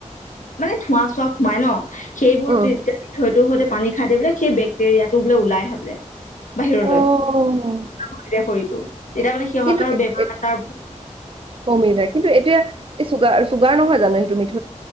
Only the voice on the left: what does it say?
মানে ধোৱা চোৱা সোমাই ন সেইবোৰ
তেতি থৈতো সতে পানী খাই দি বোলে সেই বেক্টেৰিয়া টো বোলে ওলাইে বোলে বাহিৰলৈ
খৰিত তেতিয়া শৰীৰটো তেতিয়া মানে সিহঁতৰ
বেমাৰ
আজাৰ